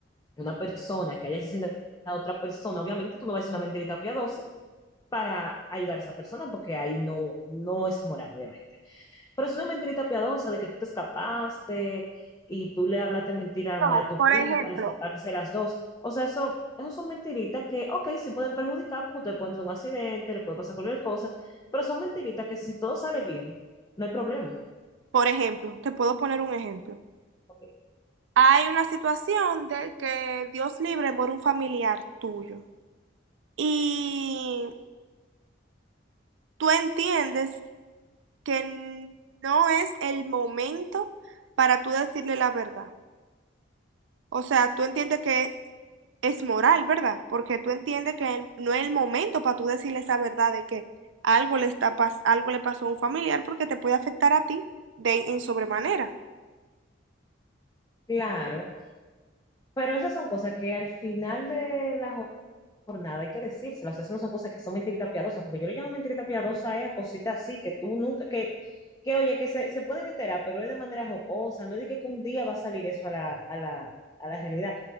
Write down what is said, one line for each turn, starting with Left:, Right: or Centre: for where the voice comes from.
Left: una persona que haya asesinado a otra persona, obviamente tú no vas a decir una mentirita piadosa para ayudar a esa persona, porque ahí no, no es moral, obviamente. Pero es una mentirita piadosa de que tú te escapaste y tú le hablaste mentira al
Right: No,
Left: madre de tu
Right: por
Left: prima
Right: ejemplo.
Left: para escaparse las dos. O sea, eso, eso son mentiritas que, ok, sí pueden perjudicar porque ustedes pueden tener un accidente, le puede pasar cualquier cosa, pero son mentiritas que si todo sale bien, no hay problema.
Right: Por ejemplo, te puedo poner un ejemplo.
Left: Ok.
Right: Hay una situación de que Dios libre muere un familiar tuyo. Y tú entiendes que n- no es el momento para tú decirle la verdad. O sea, tú entiendes que es moral, ¿verdad? Porque tú entiendes que el- no es el momento para tú decirle esa verdad de que algo le está pas- algo le pasó a un familiar porque te puede afectar a ti de en sobremanera.
Left: Claro, pero esas son cosas que al final de la por nada, hay que decírselo. O sea, eso no son cosas que son mentiritas piadosas, porque yo le llamo mentirita piadosa eh, a cositas así que tú nunca, que, que oye, que se, se pueden enterar, pero es de manera jocosa, no es de que, que un día va a salir eso a la, a la, a la realidad.